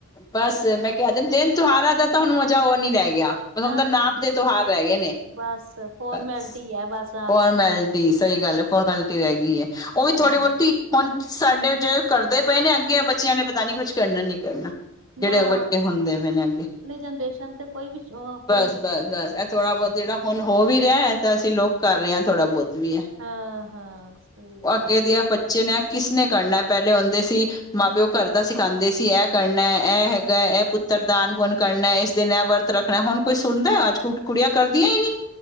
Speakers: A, on the left (about 15°); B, on the right (about 65°).
A: ਬਸ ਮੈਂ ਕਿਹਾ ਦੇ ਦਿਨ ਤੁਹਾਰਾ ਦਾ ਤਾਂ ਹੁਨ ਮਜਾ ਉਹ ਨੀ ਰਹਿ ਗਿਆ। ਮਤਲਬ
B: ਨਾ
A: ਹੁਨ ਤੇ ਨਾਪ
B: ਨਾ,
A: ਦੇ ਤਿਉਹਾਰ ਰਹਿ ਗਏ ਨੇ
B: ਬਸ ਫੋਰਮੈਲਿਟੀ
A: ਬਸ।
B: ਹੈ ਬਸ ਆ
A: ਫੋਰਮੈਲਟੀ
B: ਵੀ
A: ਸਹੀ ਗੱਲ ਹੈ ਫੋਰਮੈਲਟੀ ਰਹਿ ਗਈ ਹੈ ਉਹ ਵੀ
B: ਹਾਂ
A: ਥੋੜ੍ਹੀ ਬਹੁਤੀ। ਹੁਨ ਸਾਡੇ ਜੋ ਕਰਦੇ ਪਏ ਨੇ ਅੱਗੇ ਇਹ ਬੱਚੇਆਂ ਨੇ ਪਤਾ ਨਹੀਂ ਨੀ ਕੁਛ ਕਰਨਾ ਨਹੀਂ ਕਰਨਾ। ਜਿਹੜੇ
B: ਨਾ
A: ਵੱਡੇ ਹੁੰਦੇ
B: ਸਹੀ
A: ਪਏ ਨੇ ਅੱਗੇ
B: ਅਗਲੀ ਜਨਰੇਸ਼ਨ ਤੇ ਕੋਈ ਵੀ ਭਰੋਸਾ
A: ਬਸ। ਬਸ
B: ਨਹੀਂ
A: ਬਸ ਇਹ ਥੋੜਾ ਬੋਤ ਜਿਹੜਾ ਹੁਨ ਹੋ ਵੀ ਰਿਹਾ ਹੈ ਤਾਂ ਅਸੀਂ ਲੋਕ ਕਰ ਰਹੇ ਹਾਂ ਥੋੜਾ ਬਹੁਤ। ਵੀ
B: ਹਾਂ ਹਾਂ ਸਹੀ ਗੱਲ
A: ਉਹ ਅੱਗੇ ਦੀ ਆ <unintelligible> ਬੱਚੇ ਨੇ ਕਿਸਨੇ ਕਰਨਾ ਪਹਿਲੇ ਹੁੰਦੇ ਸੀ ਮਾਂ ਪਿਓ ਘਰ ਦਾ ਸਿਖਾਂਦੇ ਸੀ ਇਹ ਕਰਨ ਇਹ ਇਹ ਹੈਗਾ ਇਹ ਪੁੱਤਰ ਦਾਨ ਪੁੰਨ ਕਰਨਾ ਇਸ ਦਿਨ ਇਹ ਵਰਤ ਰੱਖਣਾ ਹੁਨ ਕੋਈ ਸੁਨਦਾ ਅੱਜ ਕੁ ਕੁੜੀਆਂ ਕਰਦੀਆਂ ਈ ਨੀ